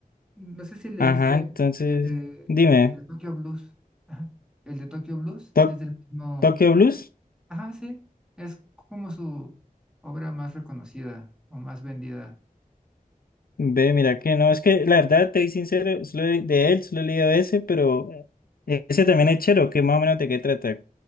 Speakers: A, in the centre; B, on the left.
A: No sé si leíste
B: Ajá, entonces,
A: el de,
B: dime,
A: el de Tokyo Blues. Ajá. El de Tokyo Blues
B: ¿Tok-
A: es del mismo
B: Tokyo Blues?
A: Ajá, sí, es como su obra más reconocida o más vendida.
B: Ve, mira que no, es que la verdad, te soy sincero, solo de, de él, solo he leído ese, pero eh, ese también es chero, que más o menos de qué trata.